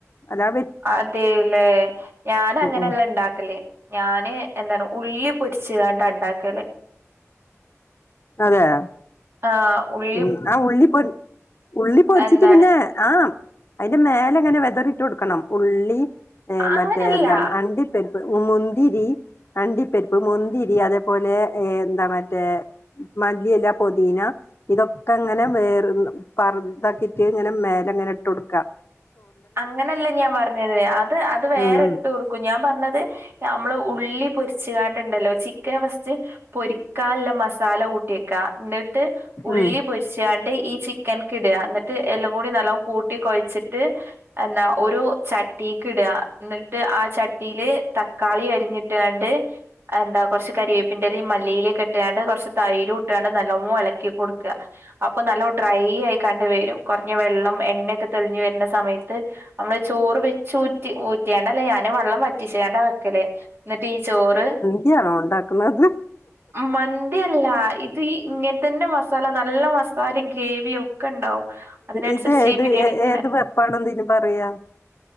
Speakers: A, on the left (about 50°); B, on the right (about 45°).
A: അതാ
B: അതേലെ ഞാനങ്ങനല്ല
A: ഉം
B: ഉണ്ടാക്കല് ഞാന് എന്താണ് ഉള്ളി പൊരിച്ചങ്ങാണ്ട് ഉണ്ടാക്കല്
A: അതെയോ
B: ആഹ് ഉ
A: ഉം ആഹ് ഉള്ളി പൊര് ഉള്ളി പൊരിച്ചിട്ട്
B: എന്താണ്
A: പിന്നെ ആഹ് അയ്ന്റെ മേലെങ്ങനെ വെതറിട്ടൊടുക്കണം ഉള്ളി ഏഹ്
B: അങ്ങനല്ല.
A: മറ്റേ എന്താണ് അണ്ടി പരിപ്പ് മുന്തിരി അണ്ടിപ്പരിപ്പ് മുന്തിരി അതേപോലെ ഏ എന്താ മറ്റേ മല്ലിയെല പൊതീന ഇതൊക്കെങ്ങനെ വേർ പർതാക്കീട്ട് ങ്ങനെ മേലങ്ങനെ ഇട്ടൊട്ക്കാ
B: അങ്ങനെല്ല ഞാൻ പർഞ്ഞത് അത് അത് വേറെ
A: ഉം
B: ഇട്ട് കൊടുക്കും ഞാൻ പർഞ്ഞത് അമ്മള് ഉള്ളി പൊരിച്ച്ങ്ങാണ്ട്ണ്ടല്ലോ ചിക്കന് ഫസ്റ്റ് പൊരിക്കാല്ല മസാല കൂട്ട്യെക്കാ ന്നെ ട്ട് ഉള്ളി
A: ഉം
B: പൊര് ച്ചാണ്ട് ഈ ചിക്കൻക്കിടാ. ന്ന്ട്ട് എല്ലും കൂടി നല്ലോം കൂട്ടി കൊയ്ച്ച്ട്ട് എന്നാ ഒരു ചട്ടീക്ക്ടാ, ന്ന്ട്ട് ആ ചട്ടീല് തക്കാളി അരിഞ്ഞിട്ടാണ്ട് എന്താ കൊർച്ച് കരിവേപ്പിന്റെലിം മല്ലിയിലെക്കെ ട്ട്ക്കാണ്ട് കൊർച്ച് തൈരുംട്ട്ക്കാണ്ട് നല്ലോം എളക്കി കൊടുക്കാ അപ്പൊ നല്ലോം ഡ്രൈ ആയിക്കാണ്ട് വെരും. കൊർഞ്ഞ വെള്ളം എണ്ണയൊക്കെ തെള്ഞ്ഞ് വെര്ണ സമയ ത്ത്‌ അമ്മൾ ചോറ് വെച്ചൂറ്റി ഊറ്റിയാണ്ടല്ല ഞാന് വള്ളം വറ്റിച്ചാണ്ടാ വെക്കല് ന്നട്ടീ ചോറ്
A: ന്തിയാണോ ഒണ്ടാക്കുന്നത്
B: മന്തിയല്ലാ. ഇത് ഇങ്ങൻതന്നെ മസാല നല്ല മസ് സാലിം ഗ്രേവിം ഒക്കെണ്ടാവും. അതിനനുസരിച്ചീ
A: ഇത് ഏത്
B: ബിരിയാണിക്ക്ള്ളെ
A: ഏത് വെപ്പാണെന്ന് ഇതിന് പറയാ